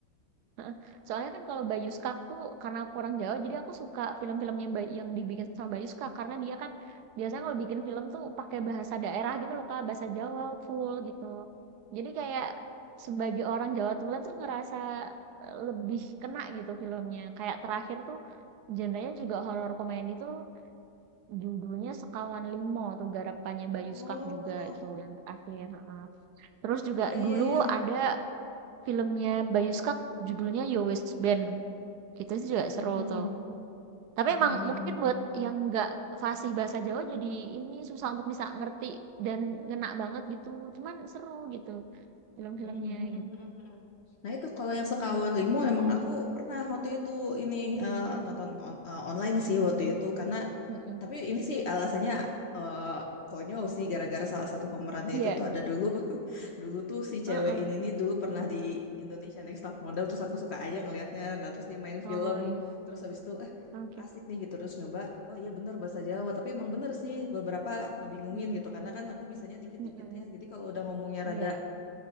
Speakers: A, on the right; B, on the left.
A: Heeh. Soalnya kan kalau Bayu Skak tuh karena aku orang Jawa, jadi aku suka film-filmnya Bay- yang dibikin sama Bayu Skak karena dia kan biasanya kalau bikin film tuh pakai bahasa daerah gitu loh Kak, bahasa Jawa full gitu. Jadi kayak sebagai orang Jawa Tulen tuh ngerasa eh, lebih kena gitu filmnya. Kayak terakhir tuh genrenya juga horor komedi tuh Judulnya Sekawan Limo tuh garapannya Bayu
B: Oh,
A: Skak juga itu yang terakhir, heeh. Terus
B: oh
A: juga
B: iya iya
A: dulu
B: iya.
A: ada filmnya Bayu Skak judulnya Yo Wes Band, gitu sih juga
B: Hmm.
A: seru tuh. Tapi
B: <laughs>
A: emang mungkin buat yang nggak fasih bahasa Jawa jadi ini susah untuk bisa ngerti dan ngena banget gitu, cuman seru gitu film-filmnya
B: Mhm, mhm,
A: gitu.
B: mhm, mhm. Nah itu kalau yang sekawan limo emang aku pernah waktu itu ini eh,
A: Mmm,
B: nonton on- eh, online sih waktu itu karena
A: mhm.
B: tapi ini sih alasannya eh, konyol sih gara-gara salah satu pemerannya
A: Iya,
B: itu tuh ada dulu <laughs> dulu tuh si
A: heeh.
B: cewek ini nih dulu pernah di Indonesia Next Top Model terus aku suka aja ngelihatnya nah terus dia main
A: Oh
B: film
A: ya,
B: terus habis itu eh
A: oke.
B: asik nih gitu terus nyoba oh iya bener bahasa Jawa tapi emang bener sih beberapa ngebingungin
A: Mhm,
B: gitu karena kan aku bisanya dikit-dikit
A: mhm,
B: ya jadi kalau udah ngomongnya rada
A: iya,